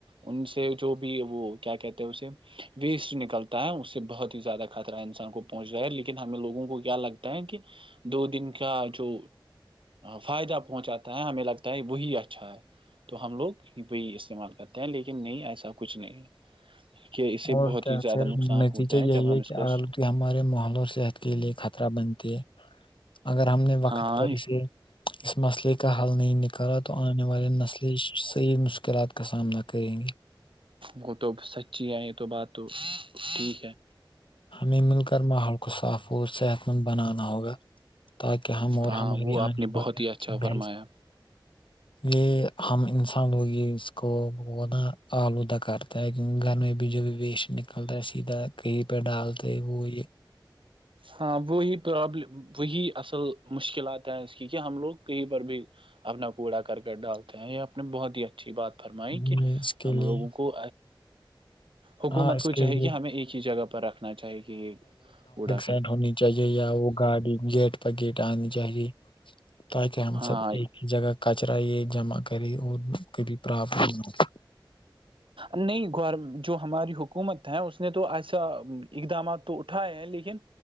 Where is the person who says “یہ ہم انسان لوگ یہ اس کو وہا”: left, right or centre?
Left